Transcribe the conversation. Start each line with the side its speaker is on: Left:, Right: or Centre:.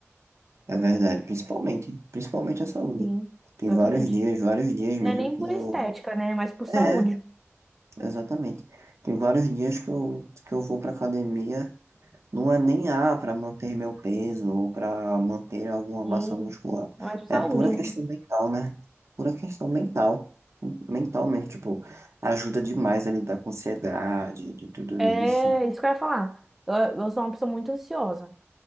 Right: É verdade, principalmente, principalmente a saúde.
Centre: Sim,
Right: Tem
Centre: exatamente.
Right: vários dias, vários dias
Centre: Não
Right: mesmo
Centre: é nem
Right: que
Centre: por
Right: eu.
Centre: estética, né? Mas por saúde.
Right: É, exatamente. Tem vários dias que eu, que eu vou pra academia Não é nem A para manter meu peso ou para manter alguma
Centre: Sim,
Right: massa muscular.
Centre: é mais por saúde,
Right: É pura questão
Centre: né?
Right: mental, né? Pura questão mental. Mentalmente, tipo, ajuda demais a lidar com ansiedade, de tudo
Centre: É
Right: isso.
Centre: isso que eu ia falar. Eu, eu sou uma pessoa muito ansiosa.